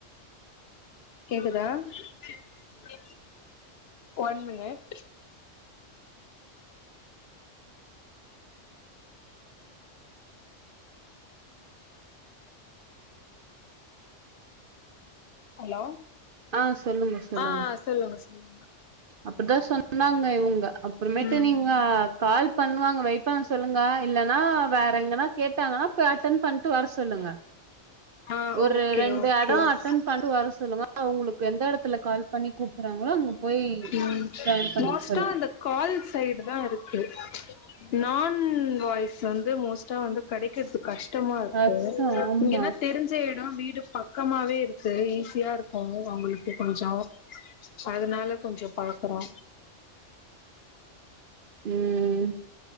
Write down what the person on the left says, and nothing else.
கேக்குதா கேக்குது ஒன் மினிட் ஹலோ
ஆ <unintelligible>
ம்
ஆ
ஓகே
ஓகே
ஓகே
ம்
மோஸ்ட்டா
அந்த கால் சைடு தா இருக்கு நான் வாய்ஸ் வந்து மோஸ்ட்டா வந்து கிடைக்கது கஷ்டமா இருக்கு
இங்க என்ன தெரிஞ்ச இடம் வீடு பக்கமாவே இருக்கு ஈஸியா இருக்கு அவங்களுக்கு கொஞ்ச அதனால கொஞ்ச பழ க்குறோ